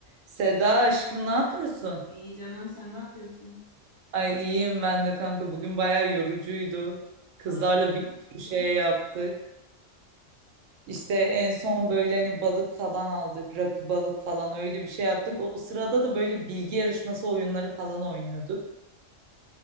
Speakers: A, on the right; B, on the left.
A: Seda aşkım ne yapıyorsun?
B: İyi canım sen ne yapıyorsun?
A: Ay iyiyim ben de kanka. Bugün bayağı yorucuydu. Kızlarla
B: Aa neden?
A: bir sürü şey yaptık. İşte en son böyle hani balık falan aldık. Rakı balık falan öyle bir şey yaptık. O sırada da böyle bilgi yarışması oyunları falan oynuyorduk.